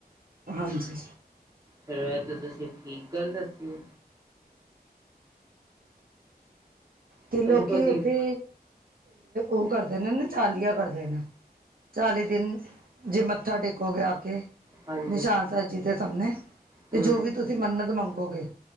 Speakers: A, on the right (about 60°); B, on the right (about 20°).
A: ਹਾਂਜੀ
B: ਚਲੋ ਇਹ ਤਾਂ ਤੁਸੀਂ ਠੀਕ ਗੱਲ ਦੱਸਓ
A: ਤੇ ਲੋਕੀ
B: ਚਲੋ ਕਦੀ
A: ਇੱਥੇ ਉਹ ਕਰਦੇ ਨੇ ਨਾ ਚਾਲੀਆ ਕਰਦੇ ਨੇ ਚਾਲੀ ਦਿਨ ਜੇ ਮੱਥਾ ਟੇਕੋਗੇ ਆ ਕੇ
B: ਹਾਂਜੀ
A: ਨਿਸ਼ਾਨ ਸਾਹਿ ਜੀ ਦੇ ਸਮਣੇ ਅਤੇ
B: ਹੂੰ
A: ਜੋ ਵੀ ਤੁਸੀਂ ਮੰਨਤ ਮੰਗੋਗੇ